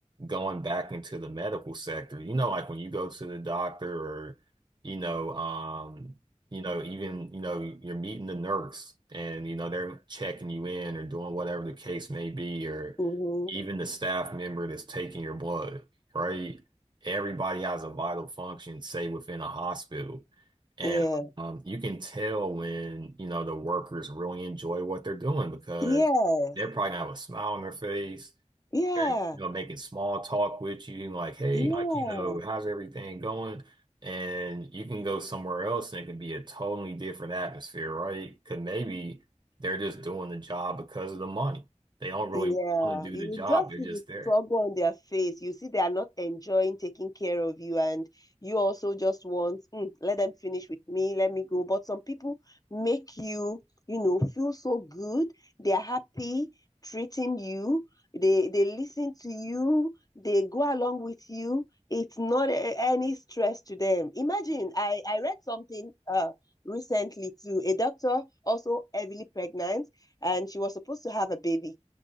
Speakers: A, on the right (about 40°); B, on the left (about 30°).
A: going back into the medical sector, you know, like when you go to the doctor or, you know, um, you know, even, you know, you're meeting the nurse and, you know, they're checking you in or doing whatever the case may be, or
B: Mm-hmm.
A: even the staff member that's taking your blood right? Everybody has a vital function, say within a hospital. And
B: Yeah,
A: um, you can tell when, you know, the workers really enjoy what they're doing because
B: yes,
A: they're probably gonna have a smile on their face.
B: yeah,
A: They're, you know, making small talk with you, like, hey,
B: yeah.
A: like, you know, how's everything going? And you can go somewhere else and it can be a totally different atmosphere, right? Because maybe they're just doing the job because of the money. They don't really
B: Yeah,
A: want to do
B: you
A: the job,
B: just
A: they're
B: see
A: just
B: the
A: there.
B: struggle on their face. You see they are not enjoying taking care of you, and you also just want, "Mm, let them finish with me, let me go. But some people make you, you know, feel so good. They are happy treating you. They they listen to you. They go along with you. It's not a- any stress to them. Imagine, I I read something uh recently too. A doctor also heavily pregnant, and she was supposed to have a baby